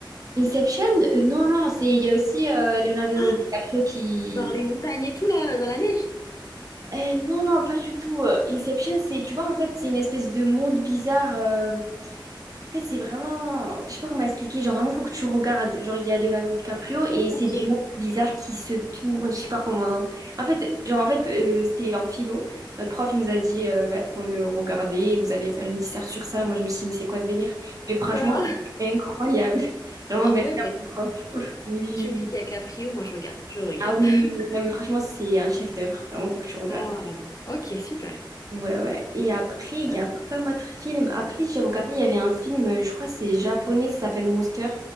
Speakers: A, on the right (about 45°); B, on the left (about 45°).
A: Inception? Euh, Non, non, c'est il y a aussi euh, Leonardo
B: Ah,
A: DiCaprio
B: <gasps>
A: qui...
B: Dans les montagnes et tout là, dans la neige?
A: Euh, non, non, pas du tout. Euh, Inception, c'est, tu vois, en fait, c'est une espèce de monde bizarre. euh, En fait, c'est vraiment... Je sais pas comment expliquer. Genre, vraiment, faut que tu regardes. Genre, il y a Leonardo DiCaprio et c'est
B: Ok.
A: des mondes bizarres qui se tournent. Je sais pas comment... En fait, genre, en fait, euh, c'était un philo. Notre prof, il nous a dit, euh, bah, faut le regarder. Vous allez faire une dissert sur ça. Moi, je me suis dit, mais c'est quoi ce délire? Et franchement,
B: D'accord.
A: c'est incroyable. <laughs> Vraiment,
B: Ah
A: merci
B: ouais, bah
A: à
B: écoute,
A: mon prof. <laughs> Oui.
B: tu me dis
A: oui.
B: qu'il y a Caprio, moi je regarde, je regarde.
A: Ah oui,
B: <laughs>
A: oui, oui. non mais franchement, c'est un chef-d'œuvre. Vraiment, faut que tu regardes.
B: Oh là là. Ok, super.
A: Ouais, ouais. Et après, il
B: Euh,
A: y a quoi comme autre film? Après, j'ai regardé, il y avait un film, euh, je crois que c'est japonais, ça s'appelle Monster.